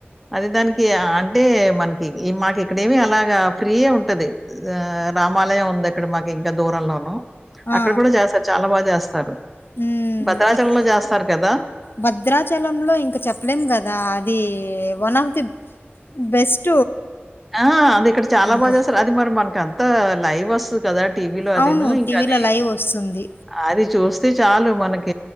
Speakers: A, in the centre; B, on the left (about 60°).
A: అది దానికి అంటే మనకి మాకిక్కడేమి అలాగా ఫ్రీయే ఉంటది ఆ రామాలయం ఉంది ఇక్కడ మాకు ఇంకా దూరంలోను
B: ఆ!
A: అక్కడ కూడా చేస్తారు చాలా బాగా చేస్తారు
B: హ్మ్.
A: భద్రాచలంలో
B: ఇక్
A: చేస్తారు కదా
B: భద్రాచలంలో ఇంక చెప్పలేం కదా అదీ వన్ ఆఫ్ ది బెస్ట్
A: ఆ అది ఇక్కడ చాలా
B: టెంపుల్.
A: బాగా చేస్తారు అది మరి మనకంత లైవ్ ఓస్తు కదా టీవీలో అదిను
B: అవును.
A: ఇంకా
B: టీవీలో
A: అది
B: లైవ్ ఒస్తుంది.
A: ఆది చూస్తే చాలు మనకి